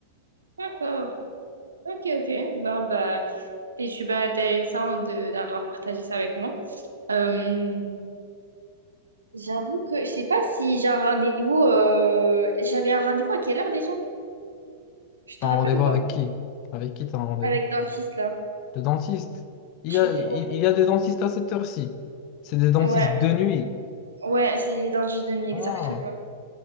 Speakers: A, on the right (about 80°); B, on the left (about 45°).
A: D'accord. Ok, ok. Ben, bah, c'est super intéressant de d'avoir partagé ça avec moi. Euh, J'avoue que je sais pas si j'ai un rendez-vous. euh, J'avais un rendez-vous à quelle heure déjà? Je te
B: T'as
A: rappelle
B: un rendez-vous
A: ou pas?
B: avec qui? Avec qui t'as un rendez-vous?
A: Avec le dentiste là.
B: Le dentiste. Il
A: Je
B: y
A: sais
B: a,
A: pas.
B: il,
A: Ouais,
B: il y a des dentistes à cette heure-ci. C'est des dentistes
A: ouais,
B: de nuit.
A: ouais, c'est les dentistes de nuit,
B: Ah,
A: exactement.